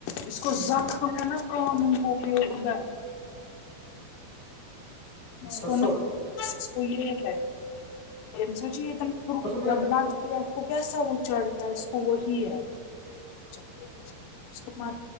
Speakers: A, on the left (about 65°); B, on the left (about 35°).
A: اس کو زخم ن قانون کوی ادھر اس
B: ہسو
A: کو نہیں تو یہ ہے سچیتنی خو
B: اس میں
A: جب لگتی ہے اس کو کیا سبو چڑ اس کو وہی ہے چے کو اسک مار